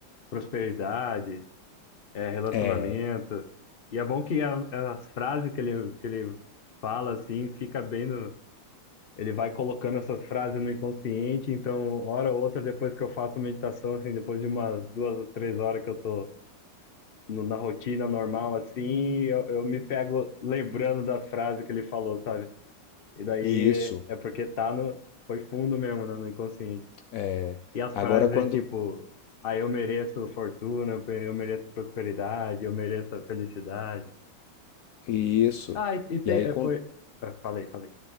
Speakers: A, on the left; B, on the left.
A: prosperidade, é, relacionamento.
B: É,
A: E é bom que a- as frases que ele, que ele fala, assim, fica bem no. Ele vai colocando essas frases no inconsciente, então, hora ou outra, depois que eu faço a meditação, assim, depois de umas duas ou três horas que eu tô no- na rotina normal, assim, eu, eu me pego lembrando das frases que ele falou, sabe? E daí
B: e isso,
A: é porque tá no. Foi fundo mesmo, né, no inconsciente.
B: é,
A: E as
B: agora
A: frases
B: quando
A: é tipo, ah, eu mereço fortuna, eu pe- eu mereço prosperidade, eu mereço a felicidade.
B: e isso.
A: Ah, e, e tem,
B: E aí,
A: é,
B: com
A: foi, ah, falei, falei,